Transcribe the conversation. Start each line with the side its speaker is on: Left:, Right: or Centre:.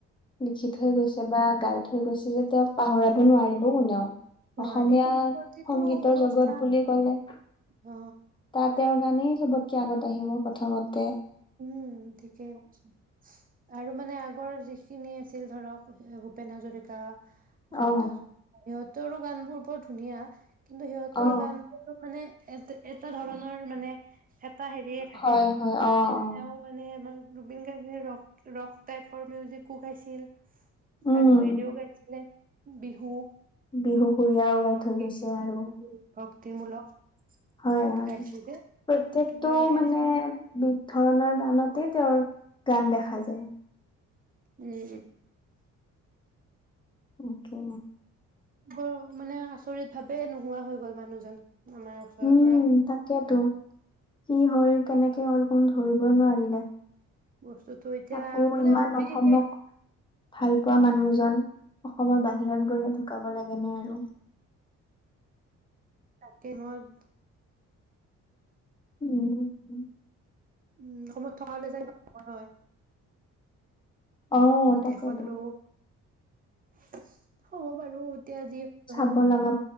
Left: লিখি থৈ গৈছে বা গাই থৈ গৈছে যে তেওঁক পাহৰা কব নোৱাৰিব কোনেও।
Right: নোৱাৰি
Left: অসমীয়া
Right: কোনো প্ৰতিটো
Left: সংগীতৰ
Right: অনুষ্ঠান
Left: জগত বুলি ক'লে
Right: অ
Left: তাত তেওঁৰ গানেই চবতকে আগত আহিব প্ৰথমত।
Right: উম ঠিকেই কৈছা আৰু মানে আগৰ যিখিনি আছিল ধৰক ভূপেন হাজৰিকা। জয়ন্ত
Left: অ
Right: হাজৰিকা সত তোৰো গান বোৰ বৰ ধুনীয়া। কিন্তু সিহঁতৰ
Left: অ
Right: গানবোৰো মানে। এ এটা ধৰণৰ মানে এটা হেৰিয়ে থাকে
Left: হয়-হয়-অ', -অ'।
Right: <unintelligible> জুবিন গাৰ্গে ৰক, ৰক টাইপৰ মিউজিকো গাইছিল।
Left: উম
Right: আৰু হেৰিও গাইছিলে। বিহু।
Left: বিহু। জুবিন দাই গাই
Right: ভক্তি
Left: থৈ গৈছে আৰু
Right: ভক্তিমূলক
Left: হয়,
Right: চব
Left: হয়
Right: গাইছিল যে
Left: প্ৰত্যেকটো
Right: সেইটো কাৰণে
Left: মানে বিধ ধৰণৰ গান। আনতে তেওঁৰ গান দেখা যায়।
Right: উম'।
Left: অকে।
Right: বৰ মানে আচৰিত ভাৱে নোহোৱা হৈ গ'ল মানুহজন। আমাৰ ওচৰৰ
Left: উম
Right: পৰা।
Left: তাকেতো কি হল কেনেকে হল কোনোৱে ধৰিবই নোৱাৰিলে।
Right: বস্তুতটো এতিয়া
Left: তাকো
Right: মানে
Left: ইমান
Right: ভাবিলে
Left: অসমক ভাল পোৱা মানুহ আছিল। জন অসমৰ বাহিৰে <unintelligible> গৈ ঢুকাব লাগে ন আৰু।
Right: তাকে মোৰ
Left: উম হম।
Right: উম অসমত থকা হ'লে যে নহ'ল হয়।
Left: অ'‌
Right: বিদেশত
Left: তাকেইটো।
Right: আৰু <inaudible> হ'ব বাৰু এতিয়া যি
Left: চাব
Right: হ'ল।
Left: লগা